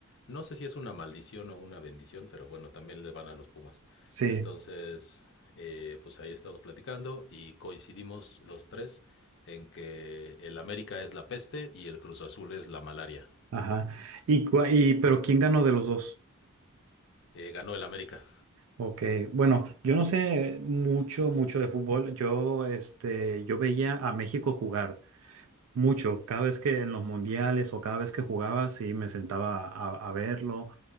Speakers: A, on the left; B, on the right.
A: no sé si es una maldición o una bendición, pero bueno, también le van a los Pumas.
B: sí,
A: Entonces, eh, pues ahí estamos platicando y coincidimos los tres en que el América es la peste y el Cruz Azul es la malaria.
B: ajá. ¿Y, cua- y pero quién ganó de los dos?
A: Eh, ganó el América.
B: Ok, bueno, yo no sé mucho, mucho de fútbol. Yo, este, yo veía a México jugar mucho. Cada vez que en los mundiales o cada vez que jugaba, sí, me sentaba a, a verlo.